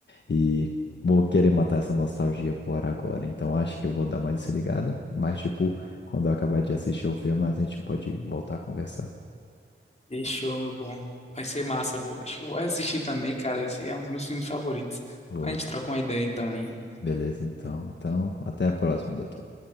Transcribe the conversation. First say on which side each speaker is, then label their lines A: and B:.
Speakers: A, on the left; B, on the left.
A: E vou querer matar essa nostalgia por agora. Então acho que eu vou dar uma desligada. Mas, tipo, quando eu acabar de assistir o filme, a gente pode voltar a conversar.
B: Fechou, meu bom. Vai ser massa. eu Vou, acho que eu vou assistir também, cara. Esse é um dos meus filmes favoritos.
A: Vou.
B: A gente troca uma ideia então, hein?
A: Beleza, então. Então, até a próxima, doutor.